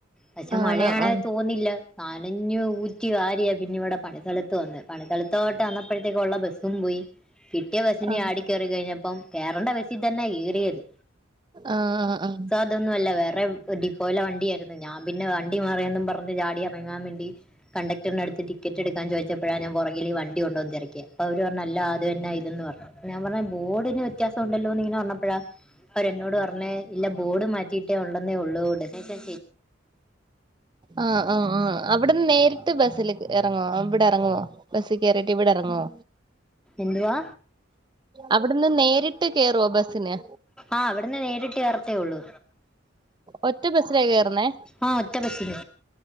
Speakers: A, in the centre; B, on the right.
A: പക്ഷെ
B: ആണോ
A: മഴയാണെ
B: ആഹ്
A: തോന്നില്ല നനഞ്ഞു ഊറ്റി വാരിയ പിന്നെ ഇവിടെ പണിസ്ഥലത്ത് വന്നെ പണിസ്ഥലത്തോട്ട് വന്നപ്പോഴത്തേക്കൊള്ള ബസ്സും പോയി കിട്ടിയ ബസ്സിന്
B: ആഹ്
A: ചാടി കയറി കഴിഞ്ഞപ്പം കേറണ്ട ബസ്സിൽ തന്നാ കേറിയത്.
B: ആഹ് ആഹ്
A: ഇതൊന്നുവല്ല വേറേ ഡിപ് പോലെ വണ്ടിയ ആയിരുന്നു ഞാൻ പിന്നെ വണ്ടി മറിയെന്നും പറഞ്ഞ് ചാടി ഇറങ്ങാൻ വേണ്ടി കണ്ടക്ടറിനടുത്ത് ടിക്കറ്റ് എടുക്ക കാൻ ചോദിച്ചപ്പഴാ ഞാൻ പൊറകില് ഈ വണ്ടി ഉണ്ടോന്ന് തെരക്കിയേ അപ്പൊ അവര് പറഞ്ഞ് അല്ലാ അത് തന്നാ ഇതെന്ന് പറഞ്ഞു ഞാൻ പറഞ്ഞ് ബോർഡില് ന് വ്യത്യാസമൊണ്ടല്ലോ എന്നിങ്ങനെ പറഞ്ഞപ്പോളാ അവര് എന്നോട് പറഞ്ഞെ ഇല്ല ബോർഡ്‌ മാറ്റ് മാറ്റിട്ട് ഉണ്ടെന്നേ ഒള്ളൂ ഉടനെത്തെ
B: ആഹ് ആഹ് ആഹ് അവിടെന്ന് നേരിട്ട് ബസ്സിൽ ഇറങ്ങോ ഇവിടെ ഇറങ്ങുവോ ബസ്സിൽ കയറീട്ട് ഇവിടെ ഇറങ്ങുവോ
A: എന്തുവാ
B: അവിടുന്ന് നേരിട്ട് കേറുവോ ബസ്സിന്
A: ആഹ് അവിടുന്ന് നേരിട്ട് കേറത്തേ ഒള്ളൂ
B: ഒറ്റ ബസ്സിലാ കേറുന്നേ
A: ആഹ് ഒറ്റ ബസ്സില്